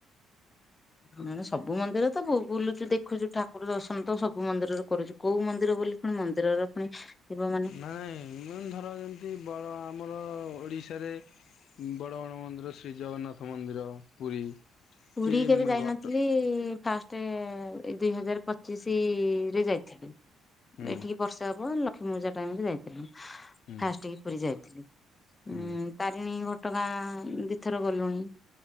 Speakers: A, on the left; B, on the left.
A: ମାନେ ସବୁ ମନ୍ଦିର ତ ବୁଲୁଚୁ ଦେଖୁଛୁ ଠାକୁର ଦର୍ଶନ ତ ସବୁ ମନ୍ଦିରରେ କରୁଛୁ। କୋଉ ମନ୍ଦିର ବୋଲି ପୁଣି ମନ୍ଦିରର ପୁଣି ଥିବ ମାନେ
B: ନାଇଁ ମୁଁ <unintelligible> ଧର ଯେମ୍ତି ବଡ଼ ଆମର ଓଡିଶାରେ ବଡ-ବଡ ମନ୍ଦିର ଶ୍ରୀ ଜଗନ୍ନାଥ ମନ୍ଦିର ପୁରୀ।
A: ପୁରୀ
B: କି
A: କେବେ ଯାଇନଥିଲି,
B: ଘଟ
A: ଫାଷ୍ଟ ଏ ଦୁଇ ହଜାର ପଚିଶି ରେ ଯାଇଥିଲି,
B: ହୁଁ
A: ଏଇଠିକି ବର୍ଷେ ହବ ଲ କ୍ଷ୍ମୀ ପୂଜା ଟାଇମ୍ ରେ ଯାଇଥିଲି,
B: ହୁଁ
A: ଫାଷ୍ଟ କି ପୁରୀ ଯାଇଥିଲି।
B: ହୁଁ।
A: ଉଁ ତାରିଣୀ ଘଟଗାଁ ଦି ଥର ଗଲୁଣି,